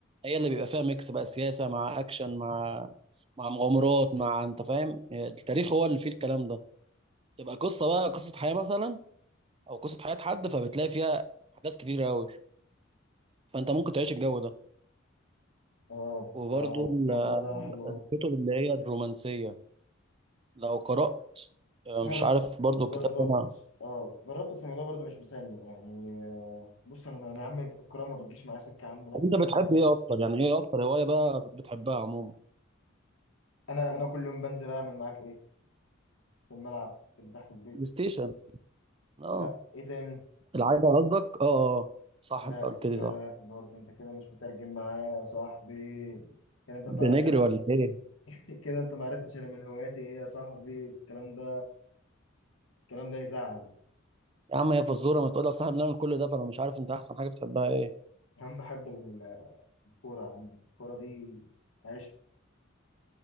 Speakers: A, on the right; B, on the left.
A: هي اللي بيبقى فيها ميكس بقى سياسة مع اكشن مع مع مغامرات مع انت فاهم التاريخ هو اللي فيه الكلام ده تبقى قصة بقى قصة حياة مثلا او قصة حياة حد فبتلاقي فيها احداث كتير قوي فانت ممكن تعيش الجو ده
B: اه
A: وبرضو
B: انا
A: ال-
B: الموضوع ده حلو
A: الكتب اللي هي الرومانسيه لو قرات آه،
B: برضه
A: مش عارف
B: جر...
A: برضو الكتاب
B: جربت
A: ده انا
B: اه جربت بس الموضوع برضه مش مسلي يعني آه، بص انا ما- يا عم الكرة ما بتجيش معايا سكة يا عم لا
A: طب انت بتحب
B: فاهمني
A: ايه اكتر يعني ايه اكتر هوايه بقى بتحبها عموما
B: انا انا مم. كل يوم بنزل اعمل معاك ايه في الملعب اللي تحت البيت
A: بلاي ستيشن اه
B: لا ايه تاني
A: العجله قصدك اه اه آه. صح
B: لا
A: انت قلت
B: لا
A: لي صح
B: برضه انت كده مش مترجم معايا يا صاحبي كده انت ما
A: بنجري
B: بتعرفش انا
A: ولا ايه
B: <laughs> كده انت ما عرفتش انا من هواياتي ايه يا صاحبي الكلام ده الكلام ده يزعل
A: يا عم هي فزوره ما تقول لي اصل احنا بنعمل كل ده فانا مش عارف انت احسن حاجه بتحبها ايه
B: انا بحب الكورة يا عم الكورة دي عشق